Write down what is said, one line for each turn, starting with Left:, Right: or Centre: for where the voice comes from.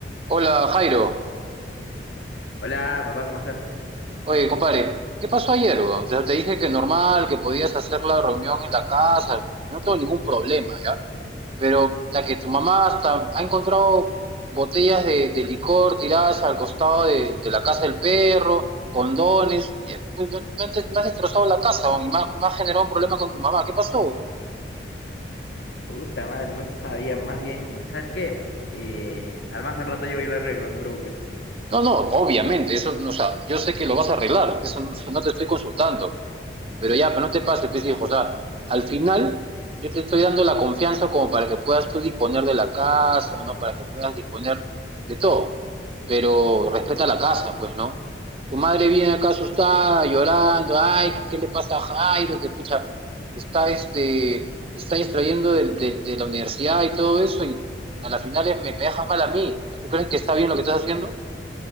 Right: Hola Jairo,
Left: Hola, papá, ¿cómo estás?
Right: oye compadre, ¿qué pasó ayer? weón? Ya Te dije que normal, que podías hacer la reunión en la casa, yo no tengo ningún problema, ¿ya? Pero hasta que tu mamá hasta ha encontrado botellas de, de licor tiradas al costado de, de la casa del perro, condones, y, uy, me, me has des- me has destrozado la casa, weón, y me, ha me ha generado un problema con tu mamá, ¿qué pasó? weón?
Left: Puta madre, no sabía, más bien, ¿sabes qué? Eh, al más al rato llego y lo arreglo, no te preocupes.
Right: No, no, obviamente, eso, no, o sea, yo sé que lo vas a arreglar, eso no <laughs> no te estoy consultando. Pero ya, pero no te pases, pues hijo, o sea, al final yo te estoy dando la confianza como para que puedas tú disponer de la casa, ¿no? Para que puedas disponer de todo. Pero respeta la casa, pues, ¿no? Tu madre viene acá asustada, llorando, ay, ¿qué, qué le pasa a Jairo? Que pucha, está este, se está distrayendo de, de- de la universidad y todo eso, y a la final es- me, me dejas mal a mí. ¿Tú crees que está bien lo que estás haciendo?